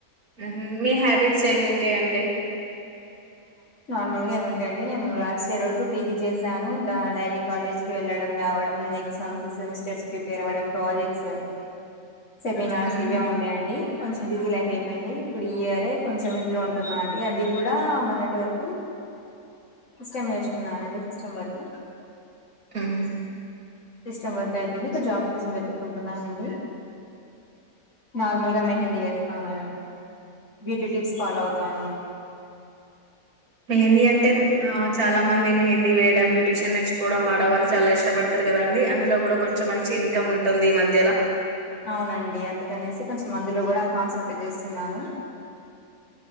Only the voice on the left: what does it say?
మామూల్గా ఏమంటే అండీ నేను లాస్ట్ ఇయర్ వరకు పీజీ చేశాను. డైలీ కాలేజ్ కి వెళ్ళడం, రావడం, ఎగ్జామ్స్, సెమిస్టర్స్, ప్రిపేర్ అవడం, ప్రాజెక్ట్స్. సెమినార్స్
ఇవే ఉండే అండీ. కొంచెం బిజీ లైఫ్ అయిపోయింది. ఇప్పుడు ఈ ఇయరే కొంచెం ఇంట్లో ఉంటున్నా అండి అది కూడా మొన్నటివరకూ, సిస్టమ్ నేర్చుకున్నానండి, సిస్టమ్ వరకు.
సిస్టమ్ వర్క్ అయితుంది ఇప్పుడు జాబ్ కోసం వెతుక్కుంటున్నానండి. నార్మల్ గా మెహందీ వేస్తానూ, బ్యూటీ టిప్స్ ఫాలో అవుతాను.
అవునండి అందుకనేసి కొంచెం మందులో కూడా కాన్సల్ట్రేట్ చేస్తున్నాను